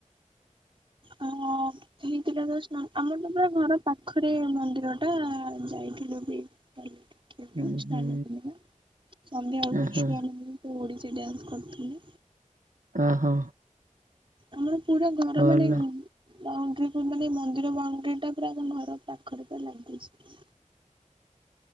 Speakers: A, on the right; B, on the right.
A: ଅ ହେଇଥିଲା ତ ଆମର ତ ପୁରା ଘର ପାଖରେ ମନ୍ଦିର ଟା ଯାଇଥିଲୁ ବି। ଯାଇଥିଲୁ ଦେଖିବା ପାଇଁ
B: ହୁଁ
A: ସ୍ନାନ
B: ହୁଁ
A: ପୂର୍ଣ୍ଣିମା ସନ୍ଧ୍ୟା ବେଳକୁ
B: ଓହୋ
A: ଛୁଆଙ୍କୁ ଓଡ଼ିଶୀ ଡ୍ୟାନ୍ସ୍ କରୁଥିଲି।
B: ଅ ହ
A: ଆମର ପୁରା ଘର
B: ଭଲ।
A: ମାନେ ବାଉଣ୍ଡିଙ୍ଗ୍ ମାନେ ମନ୍ଦିର ବାଉଣ୍ଡ୍ରିଟା ପୁରା ଆମ ଘର ପାଖରେ ପାଲାଗିଚି।